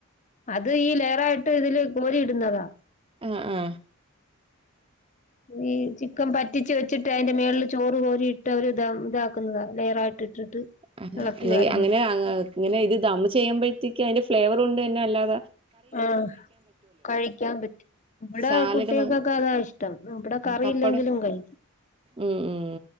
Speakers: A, on the left (about 35°); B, on the right (about 25°).
A: അത് ഈ ലെയറായിട്ട് ഇതില് കോരിയിടുന്നതാ
B: ആ ആ
A: ഈ ചിക്കൻ പറ്റിച് വെച്ചിട്ട് അതിന്റെ മേളില് ചോറ് കോരിയിട്ട് അവര് ഇതാ ഇതാക്കുന്നതാണ് റായിട്ട ഇട്ടിട്ട്
B: അ അല്ലെ
A: വാരുന്നത്
B: അങ്ങനെ ഇങ്ങനെ ഇത് ദം ചെയ്യുമ്പഴത്തേക്കും അതിന്റെ ഫ്ലേവർ കൊണ്ട് തന്നെ അല്ലാത
A: ആ കഴിക്കാൻ പറ്റും ഇവിടെ
B: സാലഡ്
A: കുട്ടികൾക്കൊക്കെ
B: മാ
A: അതാ ഇഷ്ടം ഇവിടെ കറിയില്ലെങ്കിലും
B: പപ്പടം
A: കഴിക്കും
B: ഉം ഉം